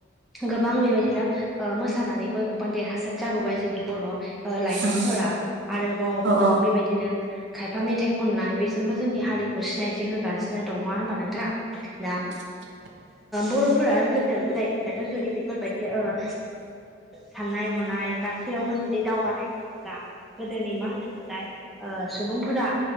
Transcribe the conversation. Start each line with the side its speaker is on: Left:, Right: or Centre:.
Centre: गोबां बेबायदिनो ओ मोसानानैबो गोबां देरहासार जाबोबाय जोंनि बर' लाइमोनफोरा
Right: अ
Centre: आरोबाव
Right: अ
Centre: बेबायदिनो खायफा मेथाइ खननाय बेजोंबो जोंनि हारिखौ सिनायथि होगासिनो दं नङा होनबा नोंथां दा
Right: <unintelligible>
Centre: बर'फोरा गोदो गोदायनिफ्रायनो जुदि बेफोरबायदि ओ ओ साननाय हनाय गासेयावबो जुदि दावगानाय मोनोब्ला गोदोनि मा होनोमोनलाय ओ सुबुंफोरा